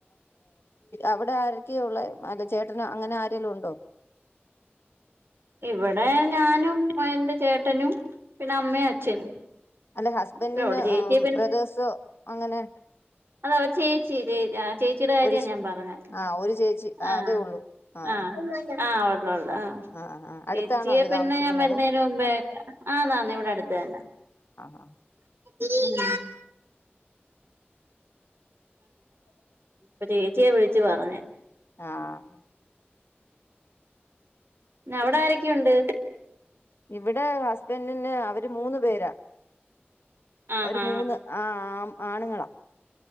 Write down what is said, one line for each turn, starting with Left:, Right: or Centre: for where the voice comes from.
Left: അവിടെ ആ ഒക്കെയള്ള അല്ല ചേട്ടന അങ്ങനെ ആരെലും ഉണ്ടോ
Right: ഇവിടെ ഞാനും എറെ ചേട്ടനും പിന്നെ അമ്മയും അച്ഛനും
Left: അല്ലെ ഹസ്ബൻഡന്
Right: അവരോട് ചേച്ചി
Left: ബ്രദേേഴ്സോ അങ്ങനെ
Right: അത അവ ചേച്ചേ ചേച്ചിയുടെ കാര്യ
Left: ഒരു ചേ-
Right: ഞാൻ പറഞ്ഞത്
Left: ആ ഒരു ചേച്ചി ആ,
Right: ആഹ
Left: അതേ ഉള്ളൂ ആഹ്
Right: ആഹ ല്ല
Left: ആഹ് ആഹ് അടുത്താണോ
Right: ചേച്ചിയ
Left: അവര്
Right: പിന്നെ
Left: താമസിക്കുന്നത്
Right: ഞാൻ വരുന്നന് മുമ്പേെ ആ നാന്ന ഇവിടെ അടുത്ത തന്നെ
Left: ആഹ
Right: ഉം ആ ചേച്ചിയ വിളിച്ചു പറഞ്ഞ
Left: ആഹ
Right: അവിടെ ആരൊക്കെയുണ്ട്
Left: ഇവിടെ ഹസ്ബൻഡന് അവര് മൂന്ന് പേരാ
Right: ആഹ്
Left: ഒരു മൂന്ന് ആ ആം ആണുങ്ങളാ